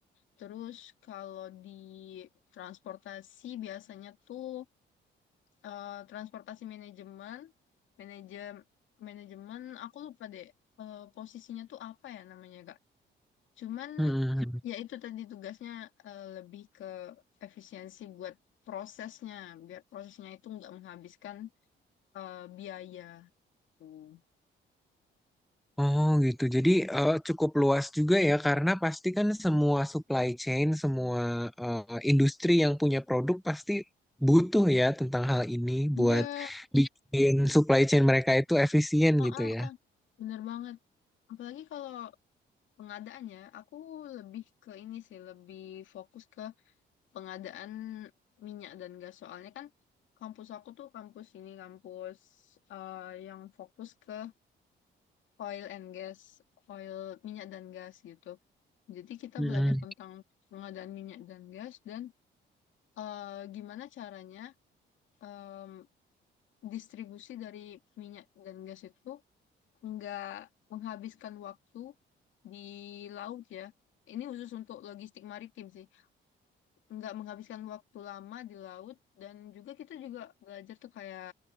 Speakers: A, on the left; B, in the centre.
A: Terus kalau di transportasi biasanya tuh eh, transportasi manajemen, manajem manajemen, aku lupa deh eh, posisinya tuh apa ya namanya Kak. Cuman
B: Hmm.
A: ya itu tadi tugasnya eh, lebih ke efisiensi buat prosesnya, biar prosesnya itu nggak menghabiskan eh, biaya. Tuh.
B: Oh gitu. Jadi eh, cukup luas juga ya karena pasti kan semua supply chain, semua eh, industri yang punya produk pasti butuh ya tentang hal ini
A: Iya,
B: buat bikin supply chain mereka itu efisien
A: ah,
B: gitu
A: ah,
B: ya.
A: ah. bener banget. Apalagi kalau pengadaan ya, aku lebih ke ini sih, lebih fokus ke pengadaan minyak dan gas. Soalnya kan kampus aku tuh kampus ini kampus eh, yang fokus ke oil and gas, oil minyak dan gas gitu. Jadi kita
B: Mm-mm.
A: belajar tentang pengadaan minyak dan gas dan eh, gimana caranya em, distribusi dari minyak dan gas itu nggak menghabiskan waktu di laut ya. Ini khusus untuk logistik maritim sih. nggak menghabiskan waktu lama di laut dan juga kita juga belajar tuh kayak